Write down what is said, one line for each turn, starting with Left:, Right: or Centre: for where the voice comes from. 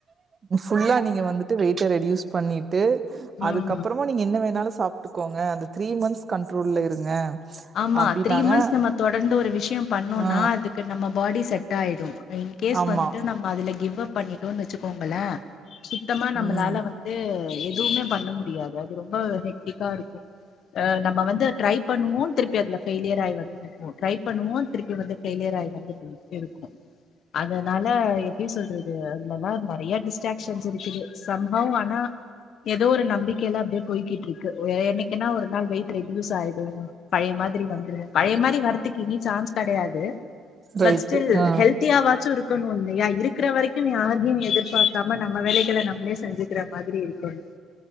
Right: ஃபுல்லா நீங்க வந்துட்டு வெயிட்ட ரெடியூஸ் பண்ணி ட்டு
Left: ம்
Right: அதுக்கப்பறமா நீங்க என்ன வேணாலு சா சாப்ட்டுக்கோங்க அந்த த்ரீ மந்த்ஸ் கண்ட்ரோல இருங்க
Left: ஆமா
Right: அப்டின்னாங்க.
Left: த்ரீ மந்த்ஸ் நம்ம தொடர்ந்து ஒரு விஷயோ பண்ணோனா
Right: ஆ
Left: அதுக்கு நம்ம பாடி செட் ஆயிடு இன் கேஸ்
Right: ஆமா.
Left: வந்துட்டு நம்ம அதுல கிவ் அப் பண்ணிட்டோன் வச்சுக்கோங்களே சுத்தமா நம்மளால
Right: ம்
Left: வந்து எதுமே பண்ண முடியாது ரொம்ப ஹெக்டிக்கா இருக்கு ஆ நம்ம வந்து ட்ரை பண்ணுவோ திருப்பி அதுல ஃபெயிலியர் <unintelligible> ட்ரை பண்ணுவோ திருப்பி வந்து பெயிலியர் ஆயி வந்துட்ருக்கு அதனால எப்டி சொல்றது அது நம்ம மே நெறய டிஸ்ரேக்சன்ஸ் இருக்குது சம்பவம் ஆனா ஏதோ ஒரு நம்பிக்கையல்லா அப்படியே போய்கிட் இருக்கு வேற என்னைக்குன்னா ஒரு நாள் வெய் ரெடுயுஸ் ஆயிடு பழைய மாதிரி வந்துருவோ பழைய மாரி வரதுக்கு இனி சான்ஸ் கெடயாது
Right: ரைட்டு.
Left: பட் ஸ்டில்
Right: ஆ.
Left: ஹெல்த்தியாவாச்சு இரு இருக்குனு இல்லையா இருக்கற வரைக்கு யாரையு எதிர்பாக்காம நம்ம வேலைகள நம்மளே செஞ்சுக்கற மாதிரி இருக்கோனு